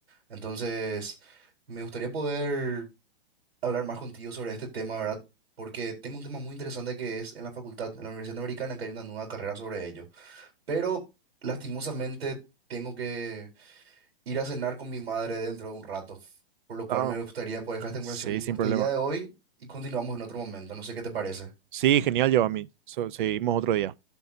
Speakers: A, on the right; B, on the right.
A: Entonces, me gustaría poder hablar más contigo sobre este tema, ¿verdad? Porque tengo un tema muy interesante que es en la facultad, en la Universidad Americana, que hay una nueva carrera sobre ello. Pero, lastimosamente, tengo que ir a cenar con mi madre dentro de un rato, por lo cual
B: No,
A: me gustaría poder dejar esta conversación
B: sí, sin
A: hasta
B: problema.
A: el día de hoy y continuamos en otro momento. No sé qué te parece.
B: Sí, genial, Giovanni. So- seguimos otro día.